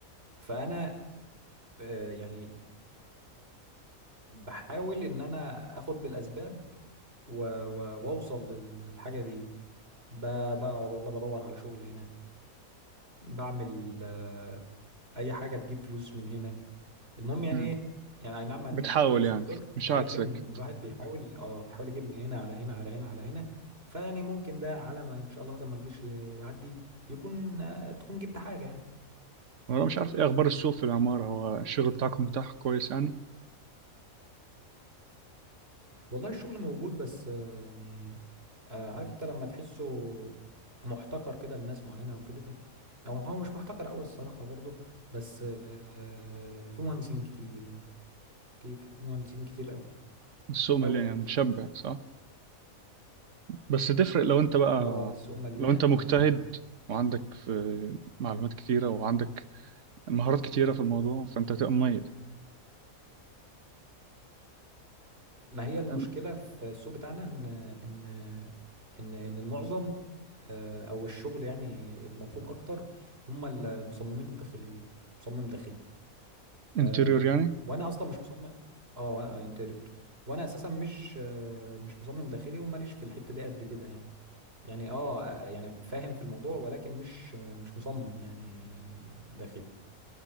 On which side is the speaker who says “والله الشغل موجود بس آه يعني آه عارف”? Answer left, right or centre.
Right